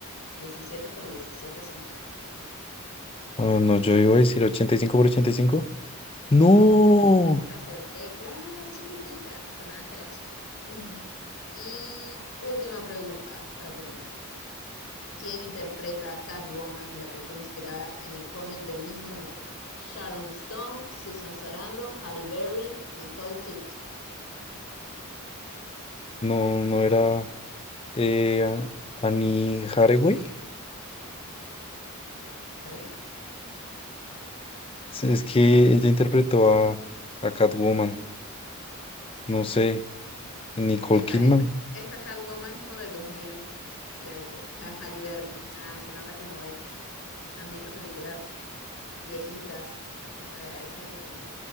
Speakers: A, on the left; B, on the left.
A: 17 por 17 centímetros.
B: Ah, no, yo iba a decir 85 por ochenta y cinco No,
A: Sí, la acerté, claro, es chiquitica. Sonaba que era chiquita. <laughs> Y última pregunta para terminar. ¿Quién interpreta a Catwoman en la película inspirada en el cómic del mismo nombre? Sharon Stone, Susan Sarandon, Halle Berry, Nicole Kidman.
B: no, no era eh, a- Annie Hathaway.
A: ¿Qué?
B: Sí, Es que ella interpretó a, a Catwoman, no sé, Nicole
A: Esta Esta,
B: Kidman.
A: esta, esta Catwoman es como del 2000 y algo. <laughs> Halle Berry. Ah, se nota que no ves. no Has visto películas viejitas. Esa, esa es viejita.